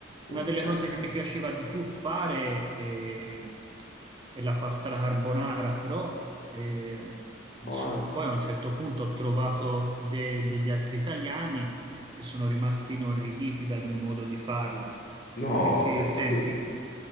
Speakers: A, on the left; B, on the right.
A: Ok,
B: una delle cose che mi piaceva di più fare eh, è, la pasta alla carbonara, però eh, mi
A: buona.
B: sono- poi a un certo punto ho trovato de- degli altri italiani che sono rimasti inorriditi dal mio modo di farla.
A: No,
B: Perché,
A: perché?
B: senti,